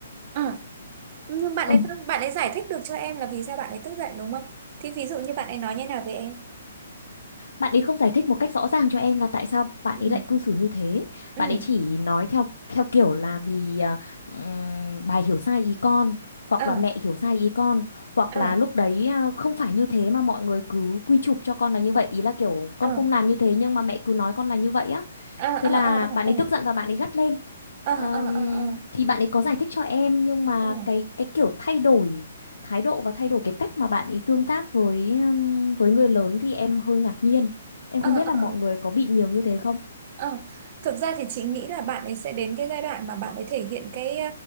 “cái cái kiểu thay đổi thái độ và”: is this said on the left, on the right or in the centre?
Left